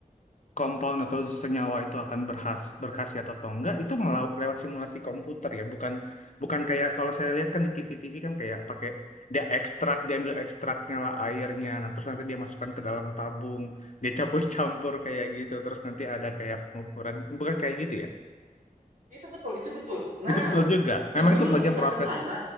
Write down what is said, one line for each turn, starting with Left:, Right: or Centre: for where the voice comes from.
Left: kompoun atau senyawa itu akan berhas berkhasiat atau enggak itu melau- lewat simulasi komputer ya bukan bukan kayak kalau saya lihat kan di TV-TV kan kayak pakai dia ekstrak dia ambil ekstraknya lah airnya nah terus nanti dia masukkan ke dalam tabung dia campur-campur kayak gitu terus nanti ada kayak pengukuran bukan kayak gitu ya
Right: itu betul, itu betul. Nah
Left: itu betul juga memang
Right: sebelum
Left: itu bagian
Right: kita
Left: proses
Right: ke sana